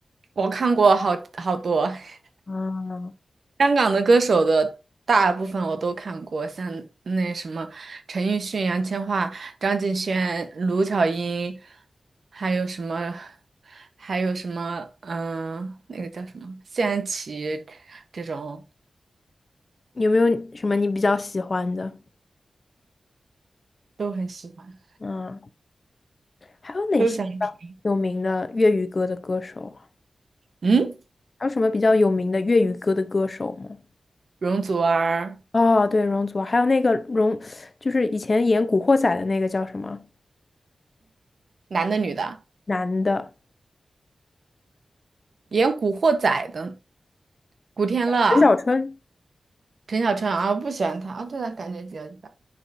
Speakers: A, on the right (about 65°); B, on the left (about 45°).
A: 我看过好好多。<laughs>
B: 啊。
A: 香港的歌手的大部分我都看过，像那什么陈奕迅、杨千嬅、张敬轩、卢巧音，还有什么，还有什么，嗯、那个叫什么谢安琪，这种
B: 有没有什么你比较喜欢的？
A: 都很喜欢，
B: 嗯，还有哪些
A: 都想听。
B: 有名的粤语歌的歌手啊？
A: 嗯，
B: 还有什么比较有名的粤语歌的歌手吗？
A: 容祖儿，
B: 哦，对，容祖儿，还有那个容，就是以前演《古惑仔》的那个叫什么
A: 男的女的，
B: 男的，
A: 演《古惑仔》的古天乐、
B: 陈小春。
A: 陈小春啊，我不喜欢他啊，对他感觉比较一般，